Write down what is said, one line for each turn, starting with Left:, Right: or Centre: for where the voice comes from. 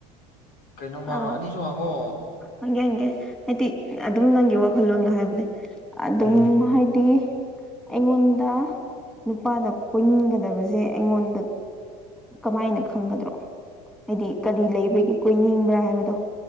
Left: ꯀꯩꯅꯣꯃꯔꯣ
Centre: ꯑ
Left: ꯑꯅꯤꯁꯨ ꯍꯥꯡꯉꯣ꯫
Centre: ꯍꯪꯒꯦ ꯍꯪꯒꯦ ꯍꯥꯏꯗꯤ ꯑꯗꯨꯝ ꯅꯪꯒꯤ ꯋꯥꯈꯜꯂꯣꯟꯗꯣ ꯍꯥꯏꯕꯅꯦ꯫ ꯑꯗꯨꯝ
Left: ꯎꯝ
Centre: ꯍꯥꯏꯗꯤ ꯑꯩꯉꯣꯟꯗ ꯅꯨꯄꯥꯅ ꯀꯣꯏꯅꯤꯡꯒꯗꯕꯁꯦ꯫ ꯑꯩꯉꯣꯟꯗ ꯀꯃꯥꯏꯅ ꯈꯪꯒꯗ꯭ꯔꯣ ꯍꯥꯏꯗꯤ ꯀꯔꯤ ꯂꯩꯕꯒꯤ ꯀꯣꯏꯅꯤꯡ ꯭ꯔꯥ ꯍꯥꯏꯕꯗꯣ